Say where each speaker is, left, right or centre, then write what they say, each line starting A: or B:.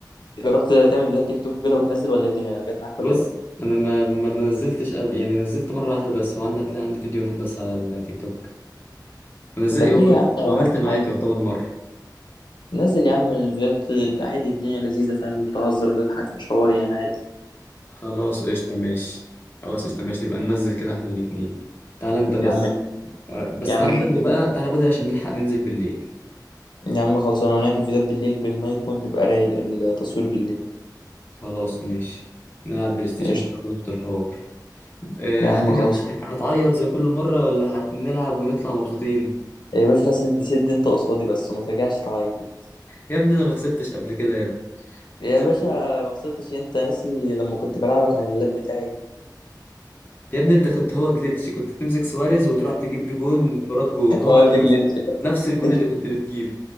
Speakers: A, on the left; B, on the left.
A: جربت تعمل فيديوهات تيك توك وكده وتنزل ولا ايه الدنيا جت معاك ولا
B: بص
A: ايه
B: انا ما ما ما نزلتش قبل يعني نزلت مره واحده بس وعندي هتلاقي عندي فيديو واحد بس على التيك توك ونزل
A: طب ليه يا عم
B: وعملت
A: نزل
B: معاك
A: عادي
B: يعتبر مره
A: نزل يا عم الفيديوهات عادي الدنيا لذيذة فاهم تهزر وتضحك مش حواري انا عادي
B: خلاص قشطه ماشي خلاص قشطه ماشي نبقى ننزل كده احنا الاتنين تعالى انت بس
A: يا عم
B: بس
A: يا
B: تعالى
A: عم
B: بدري بقى تعالى بدري عشان نلحق ننزل بالليل
A: يا عم خلصانة ونعمل فيديوهات بالليل بالنايت مود بيبقى رايق التصوير بالليل
B: خلاص ماشي نلعب بلاي ستيشن
A: قشطة
B: كده ونظبط الحوار آه،
A: يا عم
B: هتلعب
A: خلصانة
B: هت- هتعيط زي كل مره ولا هنلعب ونطلع مبسوطين
A: يا باشا سد سد انت قصادي بس وما ترجعش تعيط انت
B: يا ابني انا ما خسرتش قبل كده يا ابني
A: يا
B: أنا نزلت
A: باشا ما خسرتش انت ناسي لما كنت بلعبك على اللاب بتاعي
B: يا ابني انت كنت هو جليتش كنت بتمسك سواريز وتروح تجيب بيه جون انفراد جون
A: <laughs>
B: هو
A: اه
B: ده
A: ده جلitch
B: بس
A: بقى
B: نفس الجون
A: انت
B: اللي كنت بتجيبه